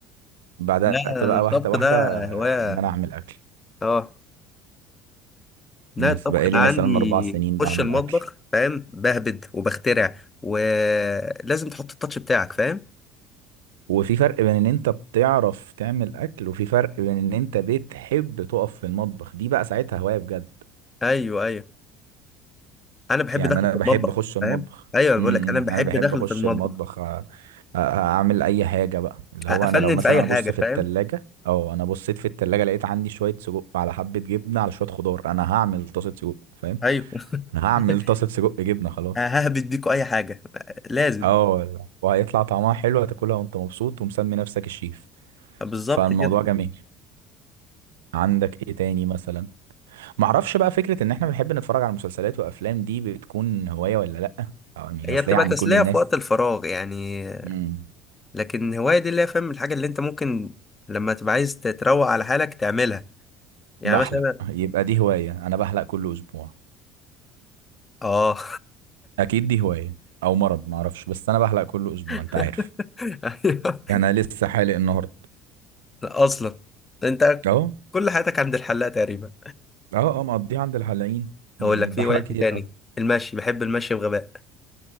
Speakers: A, on the right; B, on the left.
A: بدأت
B: لا
A: بقى
B: الطبخ
A: واحدة واحدة
B: ده هواية
A: إن أنا أعمل أكل
B: اه لا
A: بس
B: الطبخ
A: بقالي
B: انا
A: مثلا
B: عندي
A: أربع سنين
B: بخش
A: بعمل
B: المطبخ
A: أكل
B: فاهم بهبد وبخترع ولازم تحط التاتش بتاعك فاهم
A: وفي فرق بين ان انت بتعرف تعمل اكل وفي فرق بين ان انت بتحب تقف في المطبخ دي بقى ساعتها هواية بجد
B: ايوه ايوه انا بحب
A: يعني
B: دخل
A: انا
B: في
A: بحب
B: المطبخ
A: اخش المطبخ
B: فاهم ايوه أنا
A: امم
B: بقول
A: إمم.
B: لك انا بحب
A: انا بحب
B: دخل
A: اخش
B: في المطبخ
A: المطبخ أ- أ- اعمل اي حاجة بقى اللي
B: افنن
A: هو انا لو مثلا
B: في اي
A: انا
B: حاجه
A: بص في
B: فاهم
A: التلاجة او انا بصيت في التلاجة لقيت عندي شوية سجق على حبة جبنة على شوية خضار انا هعمل طاسة سجق فاهم
B: ايوه <laughs>
A: انا هعمل طاسة سجق جبنة خلاص
B: ههبد بيكوا اي حاجه لازم
A: اه وهيطلع طعمها حلو هتاكلها وانت مبسوط ومسمي نفسك الشيف
B: بالظبط
A: فالموضوع
B: كده
A: جميل عندك ايه تاني مثلا معرفش بقى فكرة ان احنا بنحب نتفرج على مسلسلات وافلام دي بتكون هواية ولا لأ او يعني
B: هي
A: اصل
B: بتبقى
A: هي عند
B: تسليه
A: كل الناس
B: في وقت الفراغ يعني
A: امم
B: لكن هوايه دي اللي هي فاهم الحاجه اللي انت ممكن لما تبقى عايز تتروق على حالك تعملها يعني
A: بحلق
B: مثلا
A: يبقى دي هواية انا بحلق كل اسبوع
B: اه
A: اكيد دي هواية او مرض معرفش بس انا بحلق كل اسبوع
B: <laughs>
A: انت عارف
B: ايوه
A: يعني انا لسه حالق النهاردة
B: لا، اصلا انت
A: اهو
B: كل حياتك عند الحلاق تقريبا
A: اه اه مقضيه عند الحلاقين يعني
B: هقول لك
A: بحلق
B: في هوايه
A: كتير
B: إيه تاني
A: قوي
B: المشي بحب المشي بغباء